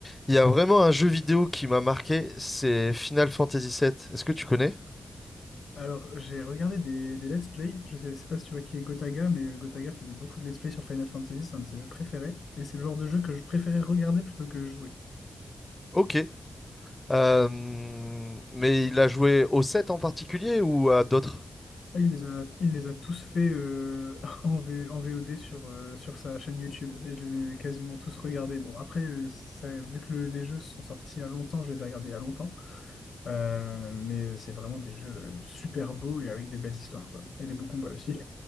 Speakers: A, on the left (about 15°); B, on the left (about 75°).
A: Il y a vraiment un jeu vidéo qui m'a marqué, c'est Final Fantasy VII. Est-ce que tu connais?
B: Alors, j'ai regardé des, des let's play. Je sais, sais pas si tu vois qui est Gotaga, mais euh, Gotaga faisait beaucoup de let's play sur Final Fantasy, c'est un de ses jeux préférés. Et c'est le genre de jeu que je préférais regarder plutôt que jouer.
A: Ok. Euh, mais il a joué au 7 en particulier ou à d'autres?
B: Ah, Il les a, il les a tous faits euh, <laughs> en, V- en VOD sur, euh, sur sa chaîne YouTube. Et je les ai quasiment tous regardés. Bon, après, euh, ça, vu que le- les jeux sont sortis il y a longtemps, je les ai regardés il y a longtemps. Euh, mais euh, c'est vraiment des jeux euh, super beaux et avec des belles histoires, quoi. Et des beaux combats aussi.